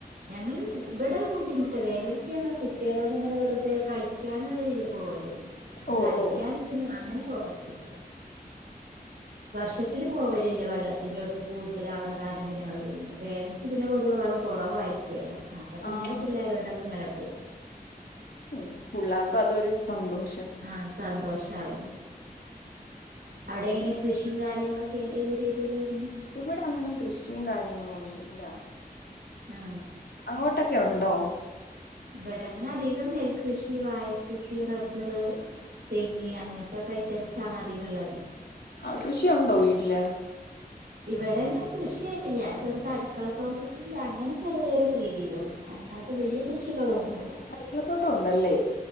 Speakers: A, on the right (about 80°); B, on the left (about 80°).
A: ഞങ്ങള് ഇവിടെ ബുദ്ധിമു ട്ട വേനലക്ക് ഞങ്ങള് കുട്ടികളോട് ഇങ്ങനെ വെറുതെ കളിക്കാന രീതിയില് പോകലുള്ളൂ അല്ലാതെ
B: ഓ
A: അലയ്ക്കാനു
B: ഓ
A: അങ്ങനെ പോകത്തില്ല വർഷത്തില് പോവലില്ലേ വെള്ളത്തിന്റെ ഒടുക്ക് കൂടുതല അവിടെ കാനം പിന്നെ അങ്ങൾ പോകില്ല വേനൽക്ക് പിന്നെ പൊതുവ വെള്ളം കുറവായിരിക്കുവല്ലോ അപ്പൊ പിന്നെ
B: ആഹ്
A: പിള്ളേരോടെ പ്പ ഇങ്ങനെ പോവും
B: ഉം പുള്ളേർക്കു അതൊരു സന്തോഷം
A: ആഹ് സന്തോഷവല്ലേ അവിടെ എങ്ങനെ കൃഷിയും കാര്യങ്ങളൊക്കെ ഏത് രീതില വരുന്നേ
B: ഇവിടെ അങ്ങനെ കൃഷിം കാര്യങ്ങളൊന്നുല്ല
A: ആ
B: അങ്ങോട്ടൊക്കെ ഉണ്ടോ
A: ഇവിടെങ്ങനെ അധികം നെൽകൃഷി വായക്കൃഷി റബ്ബർ തെങ്ങി അങ്ങന് ത്തൊക്കെ ഐറ്റം സാണ് അധികംള്ളത്
B: ആ കൃഷിയുണ്ടോ വീട്ടില്
A: ഇവിടെ അങ്ങനെ കൃഷിയായിട്ടില്ല വെറുതെ അടുക്കളത്തോട്ടത്തിന്റെ അങ്ങനെ ചെറിയരു രീതിയിലുള്ളു അല്ലാ തെ വല്ല്യയ കൃഷികളൊന്നുല്ല
B: അടുക്കളത്തോട്ടം ഉണ്ടല്ലേ